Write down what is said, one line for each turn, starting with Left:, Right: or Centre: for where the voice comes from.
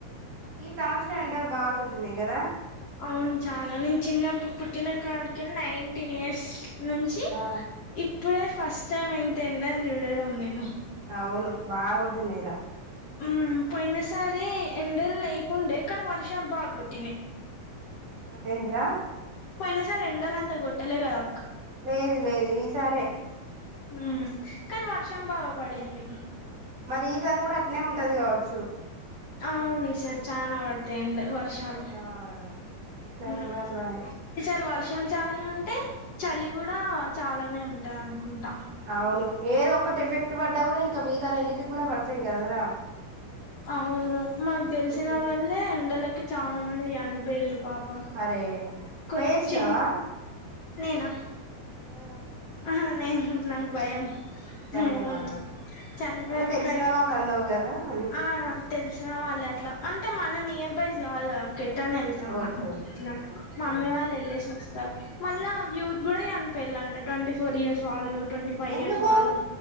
Right: ఈ సంవత్సరం ఎండలు బా గోట్టిన్నాయ్ గదా
Left: ఔన్ చాలా లించ్ నేన్ చిన్నప్ పు పుట్టిన కాడ్ కేళ్ నైటీన్ ఇయర్స్ నుంచి
Right: ఆ
Left: ఇప్పుడే ఫస్ట్ టైం ఇంత ఎండన్ చూడాడమ్ నేను
Right: ఔను బా గోట్టినయ్ రా
Left: ఉమ్ పోయినసారి ఎండల్ లేకుండే కనీ వర్షాలు బా గొట్టినయ్
Right: ఆ ఏందిరా
Left: అనేసారీ ఎండలంతా కొట్టలే కదా
Right: లేదు లేదు ఈ సారే
Left: ఉమ్ కనీ వర్షం బాగపడింది
Right: మరి ఈసారి కూడా అట్నే ఉంటది కావచ్చు
Left: ఔన్ ఈసార్ చానా వడతాయ్ ఎండ వర్ షాలు
Right: ఆ ఈసారి
Left: ఉమ్
Right: కూడా అట్లానే
Left: ఈసార్ వర్షాల్ చాలనుంటే చలి కూడా చాలానే ఉంటదనుకుంటా
Right: ఔను ఏదోక్కటి ఎఫెక్ట్ పడ్డా కూడా ఇంకా మీగత రెండికి కుడా పడతయ్ కదరా
Left: ఔను మాక్ దేలిశిన
Right: ఉమ్
Left: వాళ్ళే ఎండలకి చాలా మంది జనిపేళ్ళు పాపం
Right: అరే
Left: కొచ్చేన్
Right: పోయొచ్చినావా
Left: నేనా
Right: ఉమ్
Left: అహా నేను నాక్ భయం
Right: భయమా
Left: హెవన్ చన్ పెయ్
Right: అంటే
Left: నా
Right: తెలిసిన
Left: కాడికి
Right: వాళ్ళు అన్నావు కదా అని
Left: అహ తెలిసిన వాళ్ళే అట్లా అంటే మన నియర్ బైస్ గాదుగా కేటా ఎల్తమ్
Right: ఓకే
Left: మనం
Right: ఓకే
Left: ఇట్లా
Right: ఆ
Left: మమ్మీ
Right: ఆ
Left: వాళ్ ఏళ్ళేశోస్తర్ త మళ్ళా యూత్ కూడా యన్ పెళ్ళంట టోంటీ ఫోర్ ఇయర్స్ వాళ్ళు టోంటి ఫై
Right: ఎందుకు
Left: ఇయర్స్ వాళు